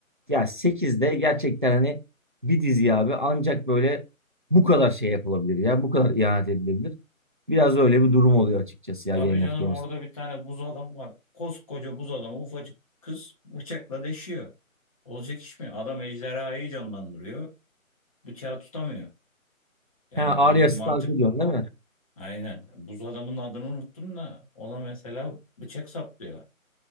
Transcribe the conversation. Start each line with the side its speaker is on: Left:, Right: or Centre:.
Right: ya 8'de gerçekten hani bir dizi abi ancak böyle bu kadar şey yapılabilir ya bu kadar ihanet edilebilir. Biraz öyle bir durum oluyor açıkçası
Left: Tabii
Right: ya Game
Left: canım
Right: of Thrones.
Left: orada bir tane buz adam var. Koskoca buz adamı ufacık kız bıçakla deşiyor. Olacak iş mi? Adam ejderhayı canlandırıyor. Bıçağı tutamıyor. Yani
Right: Ha
Left: bence
Right: Arya
Left: mantık
Right: Stark'ı diyorsun değil mi?
Left: aynen. Buz adamın adını unuttum da ona mesela bıçak saplıyor.